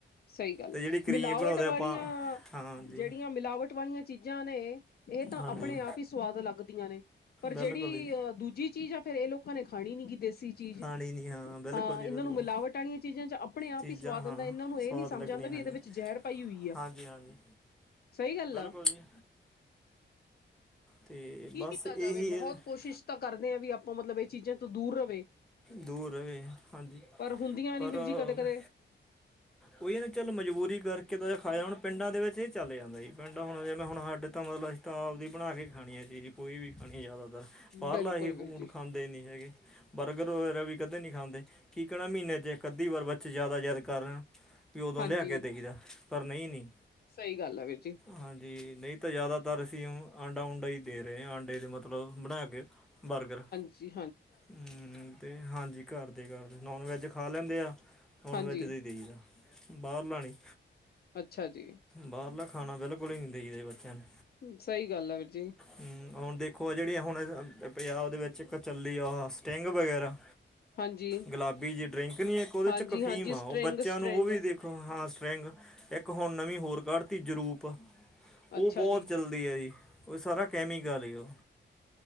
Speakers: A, on the left (about 55°); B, in the centre.
A: ਸਹੀ ਗੱਲ
B: ਤੇ
A: ਏ।
B: ਜਿਹੜੀ ਕਰੀਮ
A: ਮਿਲਾਵਟ
B: ਬਣਾਉਂਦੇ
A: ਵਾਲੀਆਂ
B: ਆਪਾਂ ਹਾਂਜੀ
A: ਜਿਹੜੀਆਂ ਮਿਲਾਵਟ ਵਾਲੀਆਂ ਚੀਜ਼ਾਂ ਨੇ, ਇਹ ਤਾਂ
B: ਹਾਂਜੀ
A: ਆਪਣੇ ਆਪ ਹੀ ਸਵਾਦ ਲੱਗਦੀਆਂ ਨੇ। ਪਰ
B: ਬਿਲਕੁਲ
A: ਜਿਹੜੀ
B: ਜੀ
A: ਅ ਦੂਜੀ ਚੀਜ਼ ਆ ਫੇਰ ਇਹ ਲੋਕਾਂ ਨੇ ਖਾਣੀ ਨੀ ਗ ਦੇਸੀ ਚੀਜ਼
B: ਖਾਣੀ ਨਹੀਂ ਬਿਲਕੁਲ
A: ਹਾਂ
B: ਜੀ
A: ਇਹਨਾਂ
B: ਬਿਲਕੁਲ
A: ਨੂੰ ਮਿਲਾਵਟ ਆਲੀਆਂ ਚੀਜ਼ਾਂ 'ਚ ਆਪਣੇ ਆਪ
B: ਚੀਜ਼ਾਂ
A: ਹੀ ਸਵਾਦ
B: ਹਾਂ
A: ਆਉਂਦਾ ਇਹਨਾਂ ਨੂੰ
B: ਸਵਾਦ
A: ਇਹ ਨਹੀਂ ਸਮਝ
B: ਲੱਗਣੀਆਂ
A: ਆਉਂਦਾ ਵੀ
B: ਹਾਂਜੀ
A: ਇਹਦੇ ਵਿੱਚ ਜ਼ਹਿਰ ਪਾਈ ਹੋਈ ਆ,
B: ਹਾਂਜੀ ਹਾਂਜੀ
A: ਸਹੀ ਗੱਲ
B: ਬਿਲਕੁਲ
A: ਆ।
B: ਜੀ ਤੇ
A: ਕੀ
B: ਬਸ
A: ਕੀਤਾ
B: ਇਹੀ
A: ਜਾਵੇ ਬਹੁਤ
B: ਹੈ
A: ਕੋਸ਼ਿਸ਼ ਤਾਂ ਕਰਦੇ ਆ ਵੀ ਆਪਾਂ ਮਤਲਬ ਇਹ ਚੀਜ਼ਾਂ ਤੋਂ ਦੂਰ ਰਵੇ।
B: ਦੂਰ ਰਵੇਂ ਹਾਂਜੀ
A: ਪਰ ਹੁੰਦੀਆਂ
B: ਪਰ
A: ਨੀ ਵੀਰ
B: ਅ
A: ਜੀ ਕਦੇ ਕਦੇ <inaudible>
B: ਬਈ ਆ ਨਾ ਚੱਲ ਮਜ਼ਬੂਰੀ ਕਰਕੇ ਤਾਂ ਖਾਏ ਆਣ, ਪਿੰਡਾਂ ਦੇ ਵਿੱਚ ਇਹ ਚੱਲ ਜਾਂਦਾ ਜੀ ਪਿੰਡਾਂ ਹੁਣ ਜਿਵੇਂ ਹੁਣ ਸਾਡੇ ਤਾਂ ਮਤਲਬ ਆਪ ਦੀ ਬਣਾ ਕੇ ਖਾਣੀ ਹੈ ਚੀਜ਼ ਕੋਈ ਵੀ ਖਾਣੀ ਜ਼ਿਆਦਾਤਰ ਬਾਹਰਲਾ
A: ਬਿਲਕੁਲ
B: ਅਹੀ ਫੂਡ
A: ਵੀਰ ਜੀ
B: ਖਾਂਦੇ ਨੀ ਹੈਗੇ। ਅਗਰ ਰਵੀ ਕਦੇ ਨੀ ਖਾਂਦੇ ਕੀ ਕਹਿ ਨਾ ਮਹੀਨੇ 'ਚ ਇਕ
A: ਹਾਂਜੀ
B: ਅੱਧੀ ਵਾਰ ਬੱਚੇ ਜ਼ਿਆਦਾ ਜ਼ਿਦ ਕਰਨ ਓਦੋਂ
A: ਹਾਂਜੀ
B: ਲਿਆ ਕੇ ਦਈਦੈ ਪਰ ਨਹੀਂ ਨੀ।
A: ਸਹੀ ਗੱਲ ਆ ਵੀਰ ਜੀ।
B: ਹਾਂਜੀ ਨਹੀ ਤੇ ਜ਼ਿਆਦਾ ਤਰ ਅਸੀਂ ਓਨੂੰ ਆਂਡਾ ਉਂਡਾ ਹੀ ਦੇ ਰਹੇ ਹਾਂ, ਆਂਡੇ ਦੇ ਮਤਲਬ ਬਣਾ ਕੇ ਬਰਗਰ
A: ਹਾਂਜੀ।
B: ਹੂੰ, ਤੇ ਹਾਂਜੀ ਘਰ ਦੇ ਘਰ ਨੋਨ ਵੈਜ ਖਾ ਲੈਂਦੇ ਆ, ਨੋਨ
A: ਹਾਂਜੀ
B: ਵੈੱਜ ਦੇ ਦੇਈ ਦਾ। ਬਾਹਰਲਾ ਨੀ,
A: ਅੱਛਾ ਜੀ
B: ਬਾਹਰਲਾ ਖਾਣਾ ਬਿਲਕੁਲ ਈ ਨਈ ਦਈ ਦਾ ਬੱਚਿਆਂ ਨੂੰ।
A: ਸਹੀ ਗੱਲ ਆ ਵੀਰ ਜੀ।
B: ਹੂੰ, ਹੁਣ ਦੇਖੋ ਆ ਜਿਹੜੀ ਹੁਣ ਪੰਜਾਬ ਦੇ ਵਿੱਚ ਇੱਕ ਚੱਲੀ ਆ ਸਟਿੰਗ ਵਗੈਰਾ
A: ਹਾਂਜੀ
B: ਗੁਲਾਬੀ ਜੀ ਡਰਿੰਕ ਨੀ ਇੱਕ, ਉਹਦੇ'ਚ
A: ਹਾਂਜੀ-ਹਾਂਜੀ
B: ਇੱਕ ਅਫੀਮ ਆ,
A: ਸਟਰਿੰਗ
B: ਉਹ ਬੱਚਿਆਂ
A: ਸਟਰਿੰਗ
B: ਨੂੰ ਉਹ ਵੀ ਦੇ ਹਾਂ, ਸਟਰ੍ਰਿੰਗ, ਇੱਕ ਹੁਣ ਨਵੀਂ ਹੋਰ ਕੱਢਤੀ ਜਰੂਪ, ਉਹ
A: ਅੱਛਾ
B: ਬਹੁਤ
A: ਜੀ
B: ਚਲ ਏ ਆਈ, ਉਹ ਸਾਰਾ ਕੈਮੀਕਲ ਉਹ,